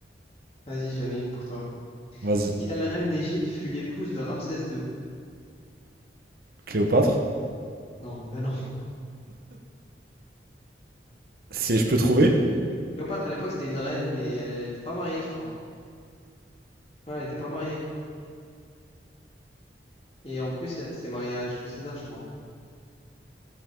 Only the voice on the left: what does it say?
Vas-y, j'en ai une pour toi.
Quelle reine d'Égypte fut l'épouse de Ramsès II?
Non, ben non. <laughs>
Cléopâtre, à l'époque, c'était une reine, mais elle n'était pas mariée, je crois. Ouais, elle n'était pas mariée. Et en plus, elle s'est mariée à Jules César, je crois.